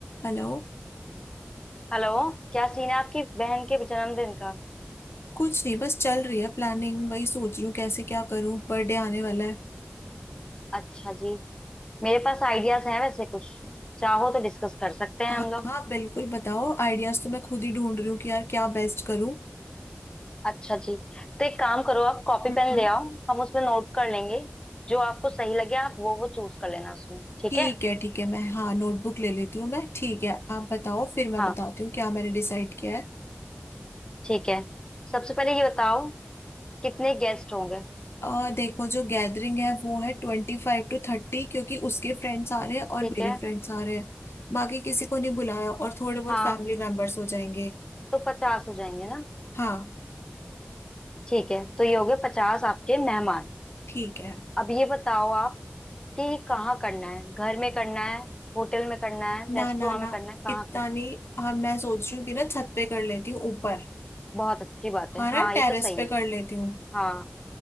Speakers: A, on the left; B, on the left.
A: Hello
B: Hello क्या scene है आपकी बहन के जन्मदिन का
A: कुछ नहीं बस चल रही है प्लानिंग वही सोच रही हूँ कैसे क्या करूँ बर्थडे आने वाला है
B: अच्छा जी मेरे पास आइडियाज हैं वैसे कुछ चाहो तो डिस्कस कर सकते हैं
A: हाँ
B: हम लोग
A: हाँ बिल्कुल बताओ आइडियाज तो मैं खुद ही ढूंढ रही हूँ कि यार क्या बेस्ट करूँ
B: अच्छा जी तो एक काम करो आप कॉपी
A: हम्म
B: पेन ले आओ हम उसमें नोट कर लेंगे जो आपको सही लगे आप वो वो चूज कर लेना उसमें ठीक
A: ठीक
B: है
A: है ठीक है मैं हाँ नोटबुक ले लेती हूँ मैं ठीक है आप बताओ फिर मैं
B: हाँ
A: बताती हूँ क्या मैंने डिसाइड किया है
B: ठीक है सबसे पहले ये बताओ कितने गेस्ट होंगे
A: आ, देखो जो गैदरिंग है वो है ट्वेंटी फाइव टू थर्टी क्योंकि उसके फ्रेंड्स आ रहे हैं और
B: ठीक
A: मेरे
B: है
A: फ्रेंड्स आ रहे हैं बाकी किसी को नहीं बुलाया और थोड़े बहुत
B: हाँ
A: फैमिली मेंबर्स हो जाएंगे
B: तो पचास हो जाएंगे ना
A: हाँ
B: ठीक है तो ये हो गए पचास आपके मेहमान
A: ठीक है
B: अब ये बताओ आप कि ये कहाँ करना है घर में करना है होटल में करना है
A: ना
B: रेस्टोरेंट
A: ना ना
B: में करना है कहाँ
A: इतना
B: कर
A: नहीं हाँ मैं सोच रही हूँ कि ना छत पे कर लेती हूँ ऊपर
B: बहुत अच्छी बात
A: हाँ
B: है हाँ
A: ना टेरेस
B: ये तो सही
A: पे
B: है
A: कर लेती हूँ
B: हाँ